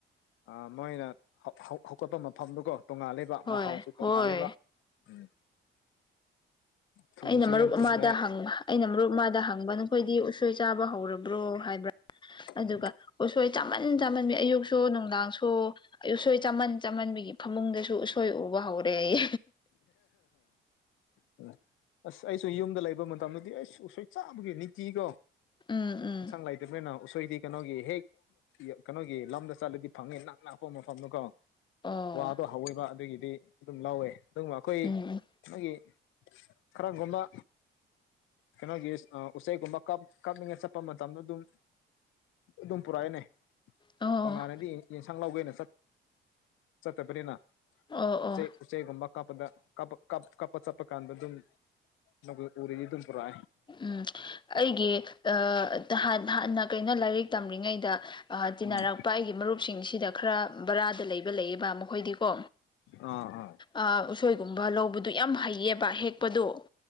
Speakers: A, on the left; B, on the left.
A: ꯑ ꯃꯣꯏꯅ ꯍꯧꯒꯠꯄ ꯃꯐꯝꯗꯨꯀꯣ ꯇꯣꯉꯥꯜ ꯂꯩꯕ
B: ꯍꯣꯏ
A: ꯃꯍꯥꯎꯁꯨ ꯇꯣꯉꯥ
B: ꯍꯣꯏ
A: ꯂꯩꯕ ꯎꯝ ꯊꯨꯝꯕꯁꯨ
B: ꯑꯩꯅ ꯃꯔꯨꯞ
A: ꯌꯥꯝ
B: ꯑꯃꯗ
A: ꯊꯨꯝꯃꯦ
B: ꯍꯪꯕ ꯑꯩꯅ ꯃꯔꯨꯞ ꯃꯥꯗ ꯍꯪꯕ ꯅꯈꯣꯏꯗꯤ ꯎꯁꯣꯏ ꯆꯥꯕ ꯍꯧꯔꯕ꯭ꯔꯣ ꯍꯥꯏꯕ꯭ꯔꯥ ꯑꯗꯨꯒ
A: ꯎꯝ
B: ꯎꯁ ꯆꯝꯃꯟ ꯆꯝꯃꯟꯕꯤ ꯑꯌꯨꯛꯁꯨ ꯅꯨꯡꯗꯥꯡꯁꯨ ꯑꯌꯨꯛꯁꯣꯏ ꯆꯝꯃꯟ ꯆꯝꯃꯟꯕꯤꯈꯤꯕ ꯐꯃꯨꯡꯗꯁꯨ ꯎꯁꯣꯏ ꯎꯕ ꯍꯧꯔꯦ ꯑꯩ
A: ꯎ ꯑꯁ ꯑꯩꯁꯨ ꯌꯨꯝꯗ ꯂꯩꯕ ꯃꯇꯝꯗꯗꯤ ꯑꯩ ꯁꯨꯡꯁꯣꯏ ꯆꯥꯕꯒꯤ ꯅꯤꯇꯤ ꯀꯣ
B: ꯎꯝ ꯎꯝ
A: ꯁꯪ ꯂꯥꯏꯇꯃꯦꯅ ꯑꯩꯣꯏꯗꯤ ꯀꯩꯅꯣꯒꯤ ꯍꯦꯛ ꯀꯩꯅꯣꯒꯤ ꯂꯝꯗ ꯆꯠꯂꯗꯤ ꯐꯪꯅꯤ ꯅꯛ ꯅꯛꯄ ꯃꯐꯝꯗꯨꯀꯣ
B: ꯑꯣ
A: ꯋꯥ ꯑꯗꯣ ꯑꯗꯨꯒꯤꯗꯤ ꯑꯗꯨꯝ ꯂꯧꯋꯦ ꯑꯗꯨꯒꯕ ꯑꯩꯈꯣꯏ
B: ꯎꯝ
A: ꯃꯥꯒꯤ ꯀꯈꯔꯥꯒꯟꯝꯕ ꯀꯩꯅꯣꯒꯤ ꯎꯆꯩꯒꯨꯝꯕꯞ ꯀꯞꯅꯤꯡꯉ ꯆꯠꯄ ꯃꯇꯝꯗ ꯑꯗꯨꯝ ꯎꯗꯝꯄꯨꯔꯦꯅꯦ
B: ꯑꯣ
A: ꯇꯣꯉꯥꯟꯅꯗꯤ ꯌꯦꯟꯁꯥꯡ ꯂꯧꯒꯦꯅ ꯆꯠꯇꯕꯅꯤꯅ
B: ꯑꯣ
A: ꯎꯆꯦꯛ
B: ꯑꯣ
A: ꯎꯆꯦꯛꯒꯨꯝꯕ ꯀꯥꯞꯄꯗ ꯀꯥꯞꯄ ꯆꯠꯄ ꯀꯥꯟꯗ ꯑꯗꯨꯝ ꯅ ꯎꯔꯤꯗꯤ ꯎꯝꯄꯔ
B: ꯎꯝ ꯑꯩꯒꯤ ꯍꯥꯟꯅ ꯀꯩꯅꯣ ꯂꯥꯏꯔꯤꯛ ꯇꯝꯔꯤꯉꯩꯗ ꯇꯤꯟꯅꯔꯛꯄ
A: ꯎꯝ
B: ꯑꯩ ꯒꯤ ꯃꯔꯨꯞꯁꯤꯡꯁꯤꯗ ꯈꯔ ꯕꯔꯥꯗ ꯂꯩꯕ ꯂꯩꯌꯦꯕ ꯃꯈꯣꯏꯗꯤꯀꯣ
A: ꯑꯥ ꯑꯥ
B: ꯑ ꯎꯁꯣꯏ ꯀꯨꯨꯝꯚꯥ ꯑꯗꯨ ꯌꯥꯝ ꯍꯩꯌꯦꯕ ꯍꯦꯛꯄꯗꯣ